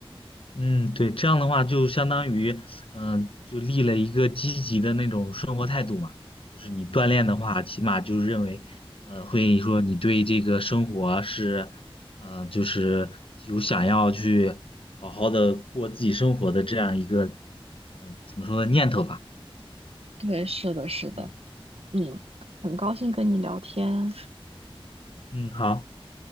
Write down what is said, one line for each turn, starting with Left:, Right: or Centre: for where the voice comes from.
Left: 嗯，对，这样的话就相当于，嗯、就立了一个积极的那种生活态度嘛。就是你锻炼的话，起码就是认为，呃，会说你对这个生活是，呃，就是有想要去好好的过自己生活的这样一个，呃，怎么说呢，念头吧。
Right: 对，是的，是的，
Left: 嗯
Right: 嗯，很高兴跟你聊天，
Left: 嗯，好，